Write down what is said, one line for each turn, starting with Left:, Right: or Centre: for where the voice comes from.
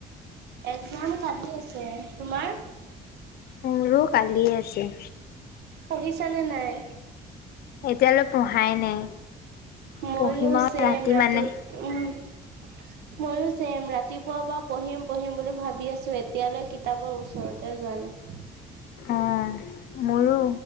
Right: এক্সাম কালি আছে। তোমাৰ?
Left: মোৰো কালিয়ে আছে।
Right: পঢ়িছা নে নাই?
Left: এতিয়ালৈ পঢ়াই নাই।
Right: মইও
Left: পঢ়িম আৰু
Right: চেম, ৰাতি,
Left: মানে
Right: উম। ময়ো চেম, ৰাতিপুৱাৰ পৰা পঢ়িম পঢ়িম বুলি ভাবি আছোঁ এতিয়ালৈ কিতাপৰ ওচৰতে যোৱা নাই।
Left: অ' মোৰো।